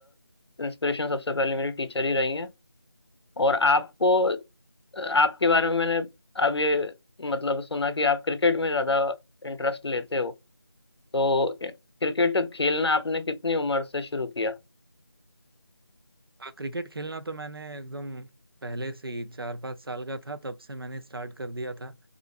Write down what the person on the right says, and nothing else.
अ, क्रिकेट खेलना तो मैंने एकदम पहले से ही चार पाँच साल का था तब से मैंने स्टार्ट कर दिया था